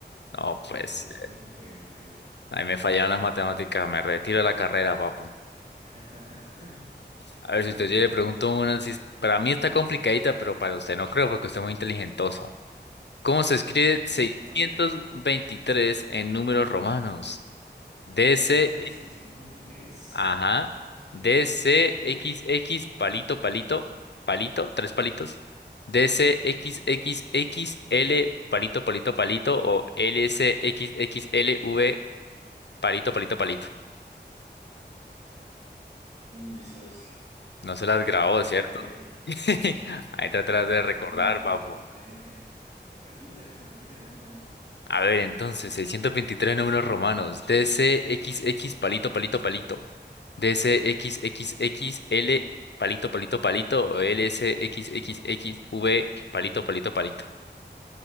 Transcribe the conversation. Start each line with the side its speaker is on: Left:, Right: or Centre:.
Left: No, pues.
Right: ¿Qué pasó? Bueno, bueno.
Left: Ahí me fallaron las matemáticas. Me retiro de la carrera, papo.
Right: <laughs>
Left: A ver, si usted yo le pregunto una, si para mí está complicadita, pero para usted no creo, porque usted es muy inteligentoso. ¿Cómo se escribe 623
Right: Bueno, creo, a ver, a ver.
Left: en números romanos? DC,
Right: ¿Cuánto? 623.
Left: ajá, DCXX,
Right: Ah, ush.
Left: palito, palito, palito, tres palitos, DCXXXL, palito, palito, palito, o LCXXLV, palito, palito, palito.
Right: Uy, socio.
Left: No se las grabó, ¿cierto?
Right: A ver,
Left: <laughs> Ahí está atrás de recordar,
Right: la complicada.
Left: papu.
Right: re- A ver, a ver. O repítala, se repite, repite, a ver.
Left: A ver, entonces, 623 números romanos. DCXX palito, palito, palito. DCXXXL palito, palito, palito. O LSXXXV palito, palito, palito.